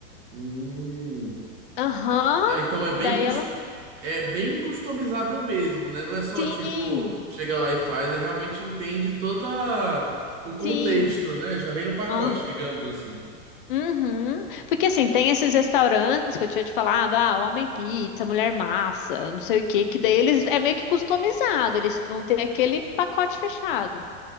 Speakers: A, on the right; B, on the left.
A: Hum.
B: Aham,
A: Ah, então é bem,
B: daí
A: cus-
B: ela.
A: é bem customizável mesmo, né? Não é só
B: Sim.
A: tipo, chega lá e faz, é realmente entende todo o contexto,
B: Sim.
A: né? Já vem no pacote,
B: Ah,
A: digamos assim.
B: uhum. Porque assim, tem esses restaurantes que eu tinha te falado, ah, homem pizza, mulher massa, não sei o quê, que daí eles é meio que customizado, eles vão ter aquele pacote fechado.